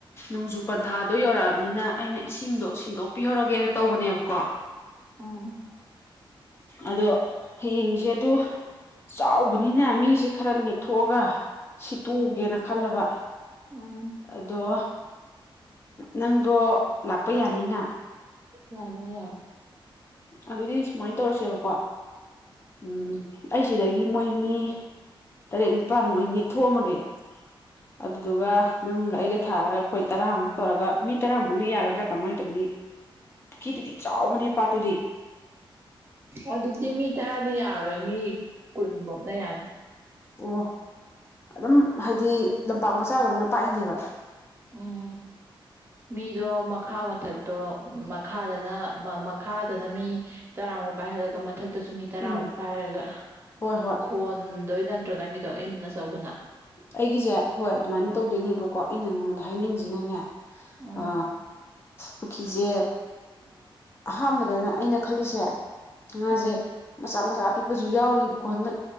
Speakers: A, on the left; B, on the right.
A: ꯅꯣꯡꯖꯨ ꯄꯟꯊꯥꯗꯣ ꯌꯧꯔꯛꯑꯕꯅꯤꯅ ꯑꯩꯅ ꯏꯁꯤꯡꯗꯣ ꯁꯤꯟꯗꯣꯛꯄꯤꯍꯧꯔꯒꯦꯅ ꯇꯧꯕꯅꯦꯕꯀꯣ
B: ꯎꯝ
A: ꯑꯗꯣ ꯍꯌꯦꯡꯁꯦ ꯑꯗꯨ ꯆꯥꯎꯕꯅꯤꯅ ꯃꯤꯁꯦ ꯈꯔ ꯅꯦꯛꯊꯣꯛꯑꯒ ꯁꯤꯠꯇꯣꯛꯒꯦꯅ
B: ꯎꯝ
A: ꯈꯜꯂꯕ
B: ꯎꯝ
A: ꯑꯗꯣ ꯅꯪꯗꯣ ꯂꯥꯛꯄ ꯌꯥꯅꯤꯅ
B: ꯌꯥꯅꯤ
A: ꯑꯗꯨꯗꯤ ꯁꯨꯃꯥꯏꯅ ꯇꯧꯔꯁꯦꯕꯀꯣ ꯎꯝ ꯑꯩꯁꯤꯗꯒꯤ ꯃꯣꯏ ꯃꯤ ꯇꯔꯦꯠ ꯅꯤꯄꯥꯜ ꯃꯣꯏꯅꯤ ꯊꯣꯛꯑꯝꯃꯒꯦ ꯑꯗꯨꯗꯨꯒ ꯅꯪꯒ ꯑꯩꯒ ꯊꯥꯔꯒ ꯑꯩꯈꯣꯏ ꯇꯔꯥꯃꯨꯛ ꯇꯧꯔꯒ ꯃꯤ ꯇꯔꯥꯃꯨꯛꯅ ꯌꯥꯒꯗ꯭ꯔꯥ ꯀꯃꯥꯏꯅ ꯇꯧꯅꯤ ꯀꯤꯗꯨꯗꯤ ꯆꯥꯎꯕꯅꯦ ꯄꯥꯠꯇꯨꯗꯤ
B: ꯑꯗꯨꯗꯤ ꯃꯤ ꯇꯔꯥꯅ ꯌꯥꯔꯣꯏ ꯃꯤ ꯀꯨꯟꯃꯨꯛꯅ ꯌꯥꯅꯤ
A: ꯑꯣ ꯑꯗꯨꯝ ꯍꯥꯏꯗꯤ ꯂꯝꯄꯥꯛ ꯃꯆꯥꯗꯧꯅ ꯄꯥꯛꯏꯅꯦꯕ
B: ꯎꯝ ꯃꯤꯗꯣ ꯃꯈꯥ ꯃꯊꯛꯇꯣ ꯃꯈꯥꯗꯅ ꯃꯈꯥꯗꯅ ꯃꯤ ꯇꯔꯥꯃꯨꯛ ꯄꯥꯏꯍꯜꯂꯒ ꯃꯊꯛꯇꯁꯨ ꯃꯤ ꯇꯔꯥꯃꯨꯛ
A: ꯎꯝ
B: ꯄꯥꯏꯔꯒ
A: ꯍꯣꯏ ꯍꯣꯏ
B: ꯈꯣꯟꯗꯣꯏ ꯅꯠꯇ꯭ꯔꯣ ꯅꯪꯒꯤꯗꯣ ꯏꯟꯅ ꯑꯆꯧꯕꯅ
A: ꯑꯩꯒꯤꯁꯦ ꯍꯣꯏ ꯑꯗꯨꯃꯥꯏꯅ ꯇꯧꯗꯣꯏꯅꯦꯕꯀꯣ ꯑꯩꯅ ꯅꯉꯣꯟꯗ ꯍꯥꯏꯅꯤꯡꯉꯁꯤꯅꯅꯦ
B: ꯎꯝ
A: ꯑ ꯁꯈꯖꯦ ꯑꯍꯥꯟꯕꯗꯅ ꯑꯩꯅ ꯈꯜꯂꯤꯁꯦ ꯉꯥꯁꯦ
B: ꯎꯝ
A: ꯃꯆꯥ ꯃꯆꯥ ꯄꯤꯛꯄꯁꯨ ꯌꯥꯎꯔꯤꯕꯀꯣ ꯍꯟꯗꯛ